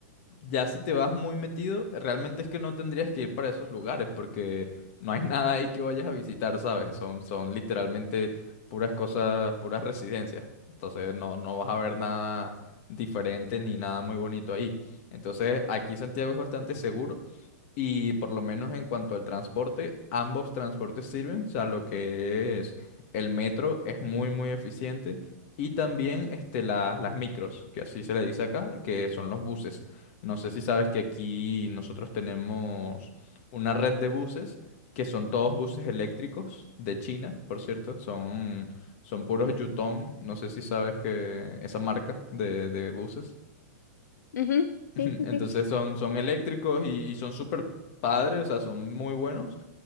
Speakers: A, on the left; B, on the left.
A: Ya si te vas muy metido, realmente es que no tendrías que ir para esos lugares porque no hay <laughs> nada ahí que vayas a visitar, ¿sabes? Son, son literalmente puras cosas, puras residencias. Entonces no, no vas a ver nada diferente ni nada muy bonito ahí. Entonces aquí Santiago es bastante seguro y por lo menos en cuanto al transporte, ambos transportes sirven. O sea, lo que es el metro es muy, muy eficiente. Y también este, la- las micros, que así se le dice acá, que son los buses. No sé si sabes que aquí nosotros tenemos una red de buses, que son todos buses eléctricos de China, por cierto. Son, son puros Yutong. No sé si sabes que esa marca de de buses.
B: Ujú,
A: <laughs>
B: Sí,
A: Ujú,
B: sí,
A: Entonces
B: sí.
A: son, son eléctricos y, y son súper padres, o sea, son muy buenos.